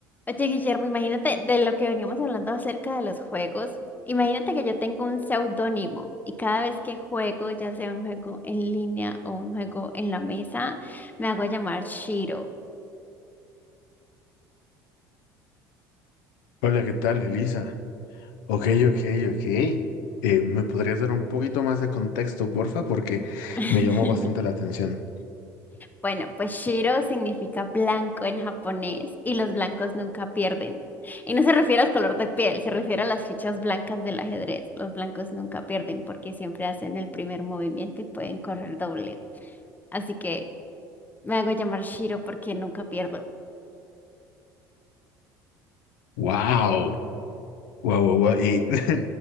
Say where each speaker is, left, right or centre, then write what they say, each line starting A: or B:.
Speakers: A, on the left (about 15°); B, on the left (about 75°).
A: Oye, Guillermo, imagínate de lo que veníamos hablando acerca de los juegos. Imagínate que yo tengo un seudónimo y cada vez que juego, ya sea un juego en línea o un juego en la mesa, me hago llamar Shiro.
B: Hola, ¿qué tal, Elisa? Ok, ok, ok. Eh, ¿me podrías dar un poquito más de contexto, porfa? Porque
A: <laughs>
B: me llamó bastante la atención.
A: Bueno, pues Shiro significa blanco en japonés y los blancos nunca pierden. Y no se refiere al color de piel, se refiere a las fichas blancas del ajedrez. Los blancos nunca pierden porque siempre hacen el primer movimiento y pueden correr doble. Así que... Me hago llamar Shiro porque nunca pierdo.
B: ¡Wow! ¡Wow, wow, wow! ¿Y, <laughs>